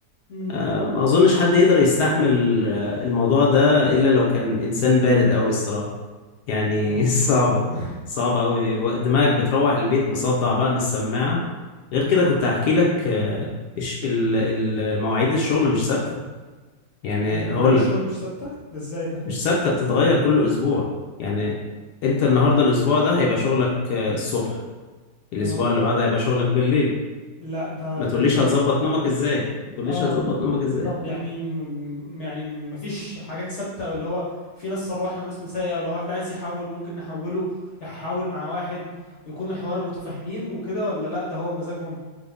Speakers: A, on the left; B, on the left.
A: أمم.
B: آه، ما اظنش حد يقدر يستحمل آه، الموضوع ده الا لو كان انسان بارد قوي الصراحة يعني
A: آه.
B: <laughs> صعبة
A: <laughs>
B: صعبة قوي و- دماغك بتروح البيت مصدع بقى من السماعة غير كده كنت هحكي لك آه، الش- ال- ال- مواعيد الشغل مش ثابتة يعني
A: إيه،
B: هقول
A: مواعيد الشغل
B: لك
A: مش ثابتة؟ ده إزاي ده؟
B: مش ثابتة بتتغير كل أسبوع يعني أنت النهاردة الأسبوع ده هيبقى شغلك آه، الصبح الأسبوع
A: آه.
B: اللي بعده هيبقى شغلك بالليل
A: لا ده
B: ما
A: ده
B: تقوليش
A: إيه القرف
B: هتظبط
A: ده؟
B: نومك إزاي ما تقوليش
A: آه
B: هتظبط نومك إزاي
A: طب يعني م... يعني ما فيش حاجات ثابتة واللي هو في ناس صباحي وناس مسائي او لو واحد عايز يحول ممكن نحوله يحول مع واحد ويكون الحوار متفاهمين وكده ولا لا ده هو بمزاجهم